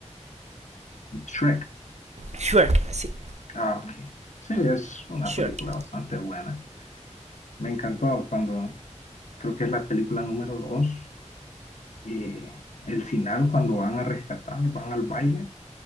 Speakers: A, on the left; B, on the right.
A: Shrek.
B: Shrek, sí,
A: Ah, ok. Sí, es una
B: Shrek.
A: película bastante buena. Me encantó cuando, creo que es la película número dos y el final cuando van a rescatar, van al baile